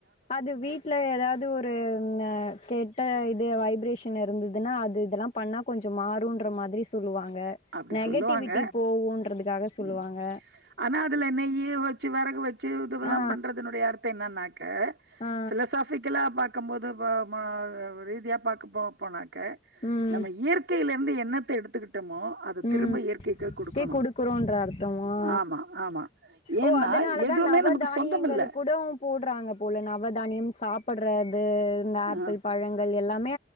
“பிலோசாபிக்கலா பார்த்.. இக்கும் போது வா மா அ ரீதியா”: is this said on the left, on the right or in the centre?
Right